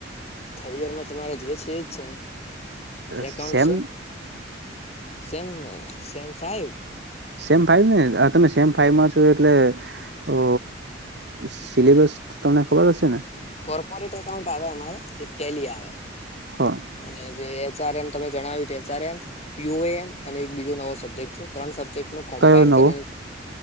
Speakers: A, on the left; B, on the right.
A: થર્ડ યરમાં તમારે જે છે એ જ છે એ એકઉન્ટ
B: સેમ
A: છે same same five
B: same five ને તમે સેમ ફાઈઇવમાં છો એટલે ઓ સિલેબસ તમને ખબર હશે ને
A: કોર્પોરેટ એકાઉન્ટ આવે અમારે એક તેલી આવે
B: હા
A: અને જે એચઆર એમ તમે જણાવ્યું એચઆર એમ યુએ એમ અને એક બીજો નવો સબ્જેક્ટ છે ત્રણ સબ્જેક્ટ નું કોમ્બાાઈન
B: કયો નવો
A: કરીને